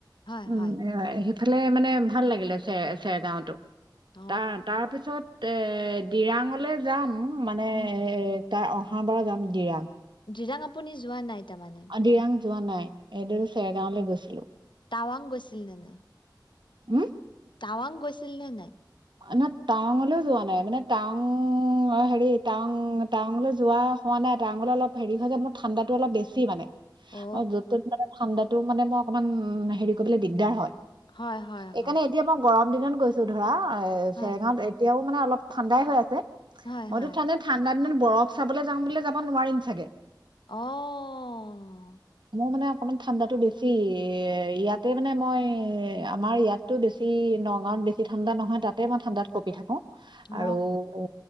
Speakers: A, on the left; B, on the right.
A: হয়
B: উম
A: হয়
B: সেইফালে মানে ভাল লাগিলে চে চেৰগাঁওতো
A: অ
B: তাৰ তাৰপিছত এ দিৰাঙলে যাম মানে
A: উম
B: এ তাই অহা বাৰ যাম গিৰাং
A: দিৰাং আপুনি যোৱা নাই তাৰমানে
B: দিৰাং যোৱা নাই এদিন চেৰগাঁওলৈ গৈছিলো
A: টাৱাং গৈছিল নে নাই
B: কি
A: টাৱাং গৈছিল নে নাই
B: নহ টাউঙলৈও যোৱা নাই মানে টাউং অ হেৰি টাউং টাউঙলৈ যোৱা হোৱা নাই টাউঙলৈ অলপ হেৰি হয় যে মোৰ ঠাণ্ডাতো অলপ বেছি মানে
A: অ
B: য'ত মানে ঠাণ্ডা টো মানে মই অকনমান হেৰি কৰিবলৈ দিগদাৰ হয়
A: হয় হয়
B: এইকাৰণে
A: হয়
B: এতিয়া মই গৰম দিনত গৈছো ধৰা এ
A: হয়,
B: চেৰেঙাত এতিয়াও মানে অলপ ঠাণ্ডাই হৈ আছে
A: হয়,
B: মইতো
A: হয়।
B: ঠাণ্ডা ঠাণ্ডা দিনত বৰফ চাবলৈ যাম ব যাব নোৱাৰিম চাগে
A: অ
B: ম মানে অকণমান ঠাণ্ডাটো বেছি ইয়াতে মানে মই আমাৰ ইয়াততো বেছি নগাঁৱত বেছি ঠাণ্ডা নহয় তাত তাতে মই ঠাণ্ডাত কপি থাকো
A: অ
B: আৰু উ